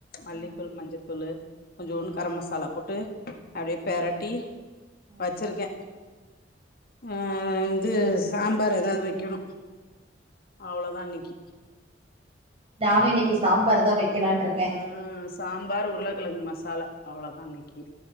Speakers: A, on the left; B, on the right.
A: மல்லித்தூள்
B: ம்
A: மஞ்சத்தூளு கொஞ்சூண்டு
B: ம்
A: கரம் மசாலா போட்டு
B: ம்
A: அப்டி பெரட்டி
B: ம்
A: வெச்சிருக்கே ஆ ந்து சாம்பார் ஏதா வெக்கணு அவ்ளோதா இன்னிக்கி
B: நானு இன்னைக்கு சாம்பார் தா வைக்கலான் இருக்கே
A: ம் சாம்பார் உர்ளக்கெழங்கு மசாலா அவ்ளோதா இன்னக்கி